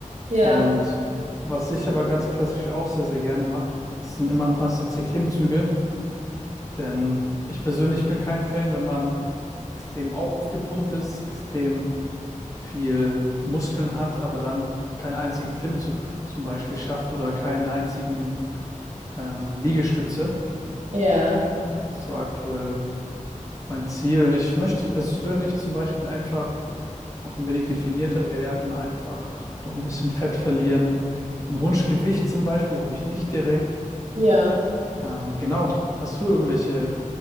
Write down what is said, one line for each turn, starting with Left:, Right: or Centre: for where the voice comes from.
Right: Ja,
Left: Und was ich aber ganz klassisch auch sehr, sehr gerne mache, sind immer ein paar Sätze Klimmzüge. Denn ich persönlich bin kein Fan, wenn man extrem aufgepumpt ist, extrem viel Muskeln hat, aber dann keinen einzigen Klimmzug zum Beispiel schafft oder keinen einzigen ähm, Liegestütze.
Right: ja,
Left: Das ist so aktuell mein Ziel. Ich möchte persönlich zum Beispiel einfach noch ein wenig definierter werden, einfach noch ein bisschen Fett verlieren. Ein Wunschgewicht zum Beispiel habe ich nicht direkt.
Right: ja.
Left: Ähm, genau. Hast du irgendwelche